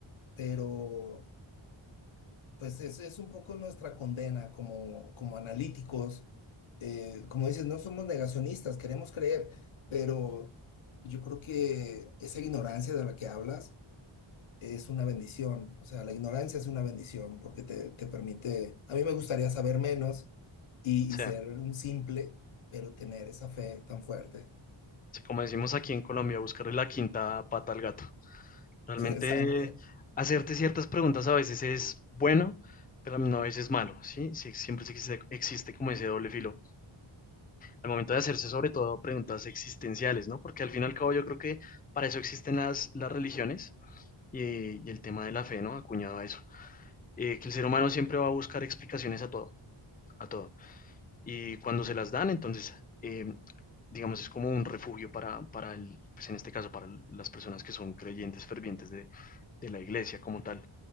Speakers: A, on the left; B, on the left.
A: pero pues es, es un poco nuestra condena como, como analíticos. Eh, como dices, no somos negacionistas, queremos creer, pero yo creo que esa ignorancia de la que hablas, es una bendición, o sea, la ignorancia es una bendición porque te, te permite, a mí me gustaría saber menos y,
B: sí.
A: y ser un simple, pero tener esa fe tan fuerte.
B: Sí, Como decimos aquí en Colombia, buscarle la quinta pata al gato. Realmente
A: <laughs> Exacto.
B: hacerte ciertas preguntas a veces es bueno, pero no a veces es malo, ¿sí? Sí, siempre existe, existe como ese doble filo. Al momento de hacerse sobre todo preguntas existenciales, ¿no? Porque al fin y al cabo yo creo que para eso existen las, las religiones y, y el tema de la fe, ¿no? Acuñado a eso. Eh, que el ser humano siempre va a buscar explicaciones a todo, a todo. Y cuando se las dan, entonces, eh, digamos, es como un refugio para, para el, pues en este caso, para las personas que son creyentes fervientes de de la iglesia como tal.